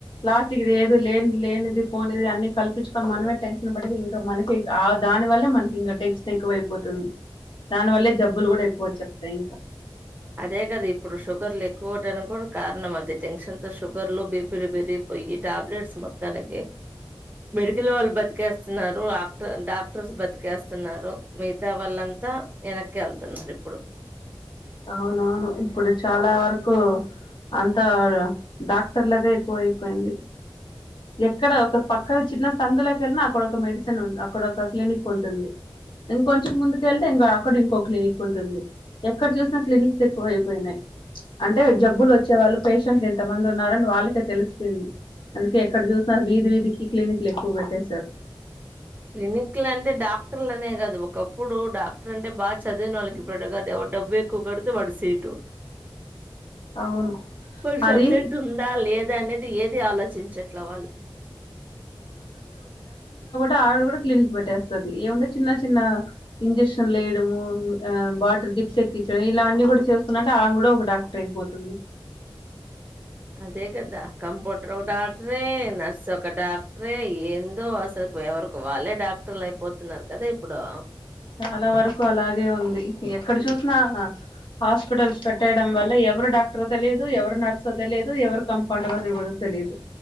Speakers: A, on the left; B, on the right.
A: లాస్ట్కి ఇదే. ప్పుడు లేన్ లేనిది పోనిలే అన్ని కల్ప్. పిచ్కొని మనమే టెన్షన్ పడితే ఇంకా మనకి ఆ దాని వల్లే మనకి ఇంగ టెన్షన్ ఎక్కువైపోతుంది దాని వల్లే జబ్బులు కూడా ఎక్కువ వచ్చేస్తాయి ఇంకా.
B: అదే గద ఇప్పుడు షుగర్లు ఎక్కువౌటానికి కూడా కారణం అదే, టెన్షన్ తో షుగర్లు బీపీలు పెరిగిపోయి టాబ్లెట్స్. మొత్తానికి మీరు. జిల్లు వాళ్ళు బతికేస్తున్నారు. ఆక్టర్ డాక్టర్స్ బతికేస్తున్నారు మిగతా వాళ్ళంతా వెనక్కి వెళ్తున్నారు ఇప్పుడు.
A: అవునవును ఇప్పుడు చాలా వరకు అంత డాక్టర్లదే ఎక్కువ అయిపోయింది. ఎక్కడ ఒక పక్కన చిన్న సందులోకెళ్ళినా అక్కడొక మెడిసిన్ ఉద్, అక్కడ ఒక క్లినిక్ ఉంటుంది. ఇంకొంచెం ముందుకెళ్తే ఇంకా అక్కడ ఇంకో క్లినిక్ ఉంటుంది. ఎక్కడ చూసినా క్లినిక్స్ ఎక్కువైపోయినాయ్. అంటే జబ్బులు వచ్చే వాళ్ళు పేషెంట్లు ఇంతమంది ఉన్నారని వాళ్ళకే తెలిసిపోయింది అందుక్. కే ఎక్కడ చూసినా వీధి వీధికి క్లినిక్లు ఎక్కువ పెట్టేసారు.
B: క్లినిక్లంటే డాక్టర్లు అనే గాదు. ఒకప్పుడు డాక్టర్ అంటే బాగా చదివిన వొళ్ళకి, ఇప్పుడట్ట కాద్ ఎవరు డబ్బు ఎక్కువ కడితే వాడి సీటు.
A: అవును
B: వాల్ సబ్జెక్టుందా
A: అది
B: లేద్. దనేది ఏది ఆలోచించట్ల వాళ్ళు.
A: డావిడ కూడా క్లినిక్ పెట్టేస్తది. ఏముంది చిన్న చిన్న ఇంజెక్షన్ లేయడము, ఆ బాటిల్ డిప్స్ ఎక్కించడం, ఇలావన్నీ కూడా చేసుకున్నంటే ఆమ్ కూడా ఒక డాక్టర్ అయిపోతుంది.
B: అదేగదా కంపొట్రు. డాక్టరే నర్స్ ఒక డాక్టరే ఏందో అసలు. వేవరు. కువాళ్ళే డాక్టర్లలైపోతున్నారు కదే. ప్పుడా
A: చాలా వరకు అలాగే ఉంది. ఎక్కడ చూసినా హాస్పిటల్స్ పెట్టైడం వల్ల ఎవరు డాక్టర్ తెలియదు, ఎవరు నర్సో తెలియదు, ఎవరు కంపౌండర్ కూడా తెలియదు.